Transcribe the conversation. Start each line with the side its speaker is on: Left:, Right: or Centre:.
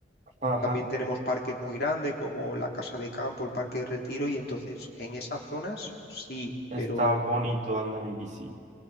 Right: Ajá,
Left: También tenemos parques muy grandes como la Casa de Campo, el Parque de Retiro, y entonces en esas zonas sí,
Right: está
Left: pero
Right: bonito andar en bici.